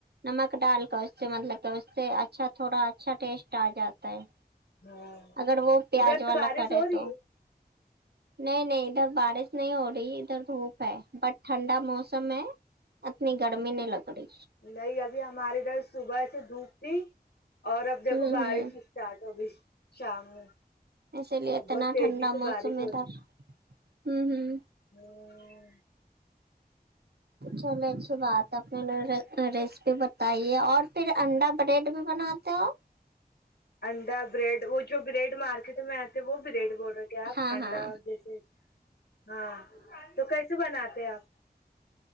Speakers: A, on the right (about 80°); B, on the left (about 80°).
A: نمک ڈال کر اس سے مطلب کہ اس سے اچھا تھوڑا اچھا ٹیسٹ آ جاتا ہے
B: ہاں
A: اگر وہ پیاز
B: ادھر
A: والا
B: بارش
A: کرے
B: ہو رہی
A: تو
B: ہے
A: نہیں نہیں ادھر بارش نہیں ہو رہی ادھر دھوپ ہے بٹ ٹھنڈا موسم ہے اتنی گرمی نہیں لگری
B: نہیں ابھی ہماری ادھر صبح سے دھوپ تھی اور اب دیکھو
A: ہوں
B: بارش
A: ہوں
B: چاٹو بھی شام میں
A: اسی لیے اتنا
B: بہت تیزی
A: ٹھنڈا
B: سے
A: موسم
B: بارش
A: ادھر ہوں ہوں
B: ہوں
A: چلو اچھی بات ہے اپنے راریس بھی بتائیے اور پھر انڈا بریڈ بھی بناتے ہو
B: انڈا بریڈ وہ جو بریڈ مارکیٹ میں آتے وہ بریڈ بولتے تو کیا آپ
A: ہاں
B: انڈا
A: ہاں
B: جیسے ہاں تو کیسے بناتے آپ